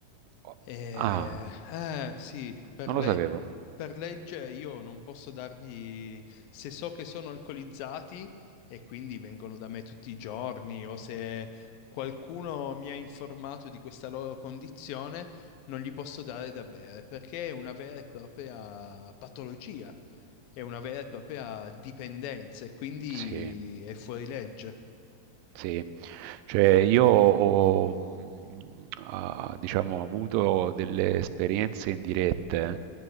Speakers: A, on the right (about 85°); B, on the left (about 90°).
A: o-
B: Eh,
A: ah,
B: eh, sì, per
A: non
B: legge
A: lo sapevo,
B: per legge io non posso dargli, se so che sono alcolizzati e quindi vengono da me tutti i giorni o se qualcuno mi ha informato di questa loro condizione, non gli posso dare da bere perché è una vera e propria patologia, è una vera e propria dipendenza e quindi
A: sì,
B: è fuori legge.
A: sì, cioè io ho, mh, ah, diciamo, avuto delle esperienze indirette,